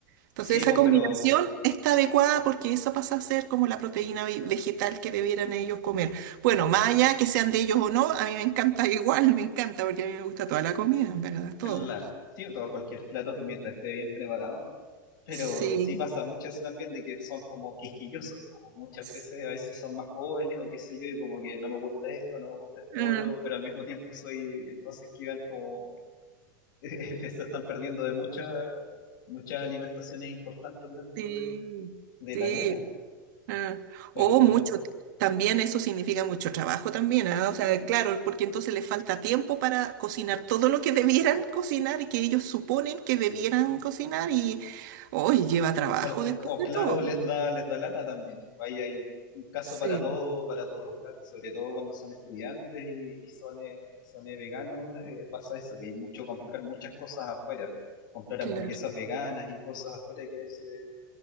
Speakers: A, on the right (about 60°); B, on the left (about 70°).
A: Entonces
B: sí,
A: esa
B: pues,
A: combinación
B: pero
A: está adecuada porque esa pasa a ser como la proteína ve- vegetal que debieran ellos comer. Bueno, más allá que sean de ellos o no, a mí me encanta <laughs> igual, me encanta porque a mí me gusta toda la comida, en verdad, todo.
B: claro. Sí, todo cualquier plato que mientras esté bien preparado. Pero
A: Sí,
B: sí pasa mucho eso también de que son como quisquillosos, como muchas
A: sí,
B: veces a veces son más jóvenes o qué sé yo, y como que no me gusta esto, no me gusta esto
A: ah,
B: otro, pero al mismo tiempo soy, entonces quedan como, <laughs> se están perdiendo de muchas, muchas alimentaciones importantes dentro
A: sí,
B: de, de
A: sí.
B: la dieta.
A: Ah,
B: Pero
A: o
B: bueno,
A: mucho, también eso significa mucho trabajo también, ah, O sea, claro, porque entonces les falta tiempo para cocinar todo lo que debieran cocinar y que ellos suponen que debieran cocinar y hoy lleva trabajo
B: Bueno, o,
A: después
B: o
A: de
B: claro,
A: todo.
B: les da, les da lata también. Ahí hay un caso
A: Sí,
B: para todo, para todo, claro. Sobre todo cuando son estudiantes y, y son, eh, son eh, veganos, eh, pasa eso, pues, y mucho comprar muchas cosas afuera, comprar
A: claro.
B: hamburguesas veganas y cosas afuera que a veces,